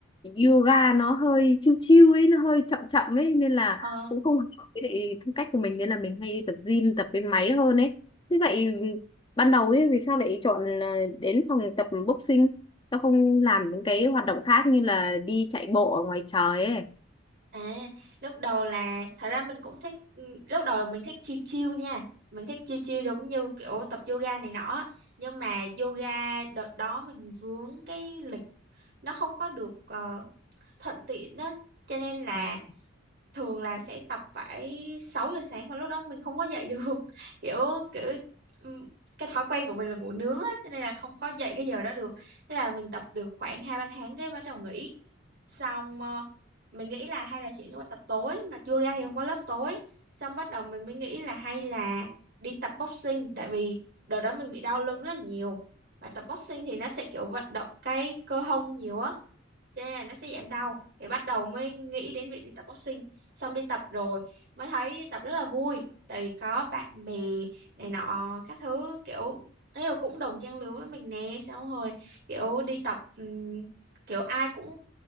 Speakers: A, on the left; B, on the right.
A: yoga nó hơi chill chill ấy nó hơi chậm chậm ấy nên là
B: Ờ
A: cũng không hợp với lại phong cách của mình nên là mình hay đi tập gym tập với máy hơn ấy thế vậy ban đầu ấy vì sao lại chọn là đến phòng tập boxing sao không làm những cái hoạt động khác như là đi chạy bộ ở ngoài trời ấy
B: À, lúc đầu là thật ra mình cũng thích ừ, lúc đầu là mình thích chill chill nha. Mình thích chill chill giống như kiểu tập yoga này nọ. Nhưng mà yoga đợt đó mình vướng cái lịch nó không có được ờ, thuận tiện á. Cho nên là
A: Ừ.
B: thường là sẽ tập phải 6 giờ sáng mà lúc đó mình không có dậy được. <laughs> Kiểu kiểu ừm, cái thói quen của mình là ngủ nướng á cho nên là không có dậy cái giờ đó được. Thế là mình tập được khoảng 2 3 tháng cái bắt đầu nghỉ xong ờ, mình nghĩ là hay là chuyển sang tập tối mà chưa ra thì không có lớp tối xong bắt đầu mình mới nghĩ là hay là đi tập boxing tại vì đợt đó mình bị đau lưng rất là nhiều và tập boxing thì nó sẽ kiểu vận động cái cơ hông nhiều á yeah, nó sẽ giảm đau thì bắt đầu mới nghĩ đến việc đi tập boxing xong đi tập rồi mới thấy đi tập rất là vui tại vì có bạn bè này nọ các thứ kiểu ấy là cũng đồng trang lứa với mình nè xong rồi kiểu đi tập ừm, kiểu ai cũng